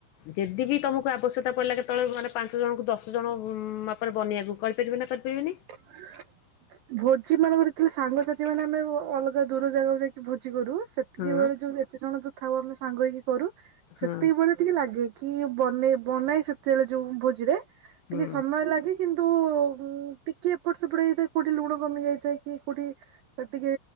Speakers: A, on the left; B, on the right.
A: ଯେଦି ବିି ତମକୁ ଆବଶ୍ୟକତା ପଡିଲା କେତେବେଳେ ମାନେ ପାଞ୍ଚ ଜଣଙ୍କୁ ଦଶ ଜଣ ମାପରେ ବନେଇବାକୁ କରିପାରିବେ ନା କରିପାରିବେନି?
B: <inaudible> ଭୋଜି ମାନଙ୍କରେଥିଲେ ସାଙ୍ଗସାଥି ମାନେ ଆମେ ଅଲଗା ଦୂର ଜାଗାକୁ ଯାଇକି ଭୋଜି କରୁ। ସେତିକି
A: ହଁ
B: ବେଳେ ଯୋଉ ଏତେ ଜଣ ଯୋଉ ଥାଉ ଆମେ ସାଙ୍ଗ ହେଇକି କରୁ ସେତିକି
A: ହଁ
B: ବେଳେ ଟିକେ ଲାଗେ କି ବନେଇ ବନାଏ ସେତେବେଳେ ଯୋଉ ଭୋଜିରେ
A: ହୁଁ
B: ଟିକେ ସମୟ ଲାଗେ। କିନ୍ତୁ ଟିକେ ଏପଟ ସେପଟ ହେଇଥାଏ କୋଉଠି ଲୁଣ କମିଯାଇଥାଏ କି କୋଉଠି ଟିକେ